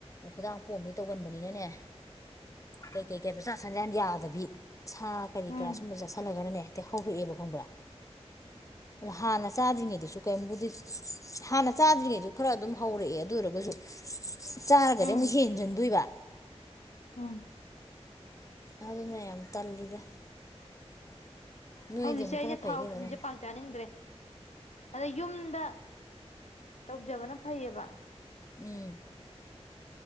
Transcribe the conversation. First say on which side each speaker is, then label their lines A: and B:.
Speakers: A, on the left; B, on the left.
A: ꯈꯨꯗꯥꯪ ꯄꯣꯝꯕꯗꯣ ꯇꯧꯒꯟꯕꯅꯤꯅꯥꯟꯅꯦ ꯀꯩ ꯀꯩ ꯀꯩꯝ ꯆꯥꯁꯤꯟ ꯌꯥꯗꯕꯤ ꯁꯥ ꯀꯔꯤ ꯀꯔꯥ
B: ꯎꯝ
A: ꯁꯨꯝ ꯁꯨꯝꯕꯥ ꯆꯥꯁꯤꯜꯂꯒꯅꯥꯅꯦ ꯍꯦꯛꯇꯥ ꯍꯧꯔꯛꯑꯦꯕ ꯈꯪꯕꯔꯥ ꯍꯥꯟꯅꯥ ꯆꯗꯔ ꯉꯩꯗꯁꯨ ꯀꯦꯏꯝꯕꯨꯗꯤ ꯍꯟꯅꯥ ꯆꯗꯔꯤꯉꯩꯗ ꯈꯔꯥ ꯑꯗꯨꯝ ꯍꯧꯔꯛꯑꯦ ꯑꯗꯨ ꯑꯣꯏꯔꯒꯁꯨ ꯆꯥꯔꯒꯗꯤ
B: ꯎꯝ
A: ꯑꯃꯨꯛ ꯍꯦꯟꯖꯤꯟꯗꯣꯏꯕ
B: ꯎꯝ
A: ꯑꯗꯨꯅꯤ ꯌꯥꯝ ꯇꯜꯂꯤꯗ ꯅꯣꯏꯗꯤ
B: ꯍꯧꯖꯤꯛꯁꯦ
A: ꯑꯃꯨꯛ
B: ꯑꯩꯁꯦ
A: ꯈꯔ ꯐꯩ
B: ꯊꯥꯎ
A: ꯏꯕꯦꯝꯃ
B: ꯊꯨꯝꯖꯦ
A: ꯅꯪ
B: ꯄꯥꯛ ꯆꯥꯅꯤꯪꯗꯔ꯭ꯦ ꯑꯥꯗ ꯌꯨꯝꯗ ꯇꯧꯖꯕꯅꯥ ꯐꯩꯌꯦꯕ
A: <inaudible>